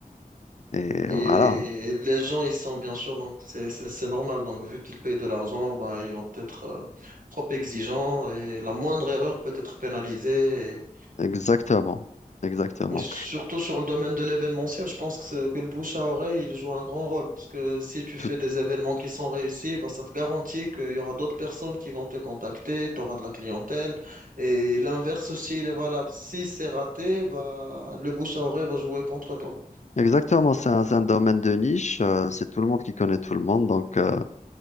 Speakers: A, on the left; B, on the right.
A: Et
B: Et
A: voilà,
B: les gens, ils sont bien sûr, donc c'est c'est- c'est normal. Donc, vu qu'ils payent de l'argent, bah, ils vont être euh, trop exigeants et la moindre erreur peut être pénalisée.
A: exactement. Exactement.
B: Surtout sur le domaine de l'événementiel, je pense que, c'est- que le bouche à oreille il joue un grand rôle. Parce que si tu
A: Tout-
B: fais des événements qui sont réussis, ben, ça te garantit qu'il y aura d'autres personnes qui vont te contacter, tu auras de la clientèle. Et l'inverse aussi, il est valable. Si c'est raté, bah, le bouche à oreille va jouer contre toi.
A: exactement, c'est un, c'est un domaine de niche. euh, c'est tout le monde qui connaît tout le monde. Donc, euh,